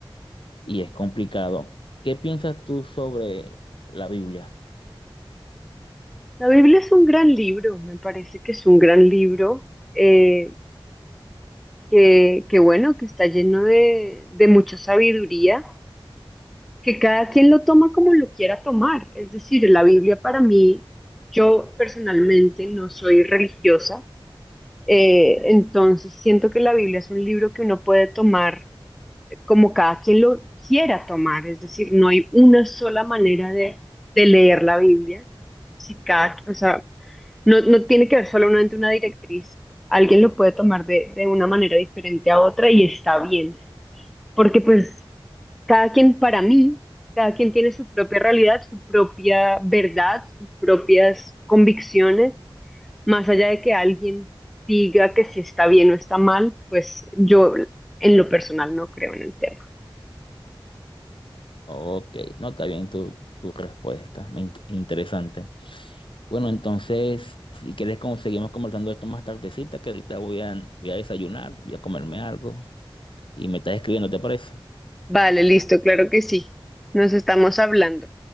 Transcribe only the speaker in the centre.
La Biblia es un gran libro, me parece que es un gran libro, eh, que, que bueno, que está lleno de, de mucha sabiduría, que cada quien lo toma como lo quiera tomar. Es decir, la Biblia para mí, yo personalmente no soy religiosa, eh, entonces siento que la Biblia es un libro que uno puede tomar como cada quien lo quiera tomar. Es decir, no hay una sola manera de, de leer la Biblia. Si cada, o sea, No, no tiene que ver solamente una directriz. Alguien lo puede tomar de, de una manera diferente a otra y está bien, porque pues cada quien para mí, cada quien tiene su propia realidad, su propia verdad, sus propias convicciones, más allá de que alguien diga que si está bien o está mal, pues yo en lo personal no creo en el tema.
Vale, listo, claro que sí. Nos estamos hablando.